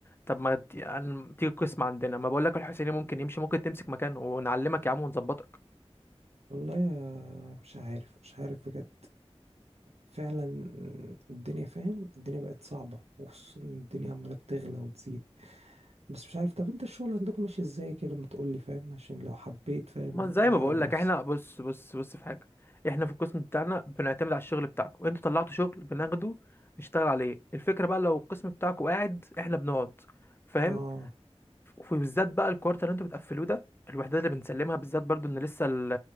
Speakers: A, on the left; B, on the right.
A: طب ما ت- يعني تيجي القسم عندنا ما بقول لك الحسيني ممكن يمشي ممكن تمسك مكانه ونعلمك يا عم ونظبطك
B: والله يا- مش عارف مش عارف بجد فعلا الدنيا فاهم الدنيا بقت صعبة وخصوصا إن الدنيا عمالة بتغلى وتزيد بس مش عارف طب انت الشغل عندكم ماشي ازاي كده ما تقولي فاهم عشان لو حبيت فاهم
A: ما زي
B: اعرض
A: ما بقول
B: نفسي
A: لك احنا بص بص بص في حاجه احنا في القسم بتاعنا بنعتمد على الشغل بتاعكم انتوا طلعتوا شغل بناخده نشتغل عليه الفكره بقى لو القسم بتاعكم قاعد احنا بنقعد فاهم
B: اه
A: وبالذات بقى الكوارتر اللي انتوا بتقفلوه ده الوحدات اللي بنسلمها بالذات برضو ان لسه ال-